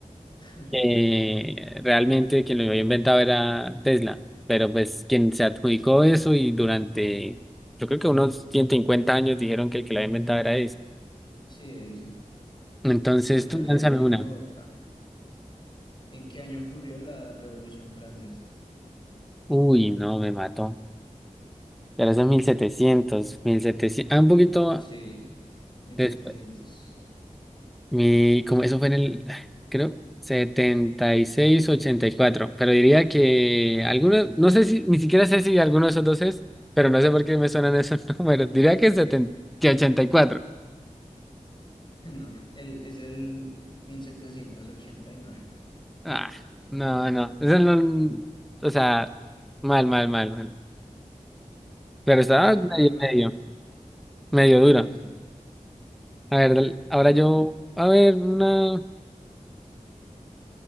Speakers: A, on the left; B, in the centre.
A: <laughs>
B: Eh, realmente quien lo había inventado era Tesla, pero pues quien se adjudicó eso y durante, yo creo que unos 150 años dijeron que el que lo había inventado era Edison.
A: Sí, Edison.
B: Entonces
A: Bueno,
B: tú
A: a ver,
B: lánzame
A: yo tengo
B: una.
A: otra. ¿En qué año ocurrió la Revolución Francesa?
B: Uy, no, me mató. Ya los mil setecientos mil setecientos, ah, un poquito
A: Sí, Mil
B: después.
A: setecientos. <laughs>
B: Mi, como eso fue en el, creo, setenta y seis ochenta y cuatro Pero diría que algunos, no sé si, ni siquiera sé si alguno de esos dos es, pero no sé por qué me suenan esos <laughs> números. Diría que, 70, que ochenta y cuatro
A: No, el, es el 1789.
B: Ah, no, no. Eso no, o sea, mal, mal, mal, mal. Pero estaba
A: Sí,
B: medio,
A: pero igual,
B: medio, medio
A: sí,
B: duro.
A: sí.
B: A ver, dale, ahora yo,
A: Ah,
B: a ver, una,